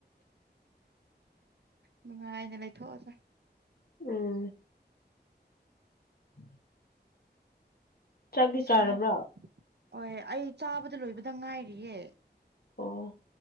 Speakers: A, on the right; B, on the left.
A: ꯅꯨꯡꯉꯥꯏꯅ ꯂꯩꯊꯣꯛꯑꯣꯁꯦ
B: ꯎꯝ <inaudible> ꯆꯥꯛꯇꯤ ꯆꯥꯔꯕ꯭ꯔꯣ
A: ꯁꯥꯔ ꯍꯣꯏ ꯑꯩ ꯆꯥꯕꯗ ꯂꯣꯏꯕꯗ ꯉꯥꯏꯔꯤꯌꯦ
B: ꯑꯣ